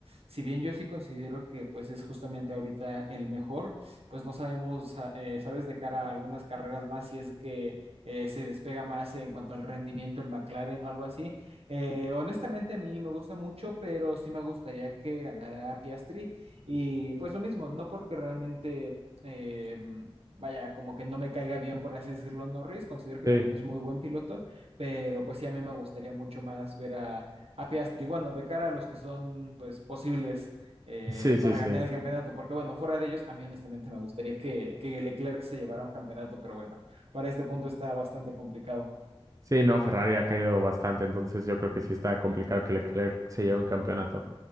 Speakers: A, on the right; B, on the right.
A: Si bien yo sí considero que pues es justamente ahorita el mejor, pues no sabemos, ah, eh, sabes, de cara a algunas carreras más, si es que eh, se despega más en cuanto al rendimiento el McLaren o algo así. Eh, honestamente, a mí me gusta mucho, pero sí me gustaría que ganara Piastri. Y pues lo mismo, no porque realmente... eh, Vaya, como que no me caiga bien, por así decirlo, Norris. Considero que
B: Sí,
A: también es muy buen piloto, pero pues sí, a mí me gustaría mucho más ver a, a Piastri. Bueno, de cara a los que son, pues, posibles eh,
B: sí, sí,
A: para
B: sí.
A: ganar el campeonato, porque bueno, fuera de ellos, a mí honestamente me gustaría que, que Leclerc se llevara un campeonato, pero bueno, para este punto está bastante complicado.
B: Sí, no, Ferrari ha caído bastante, entonces yo creo que sí está complicado que Leclerc se lleve un campeonato.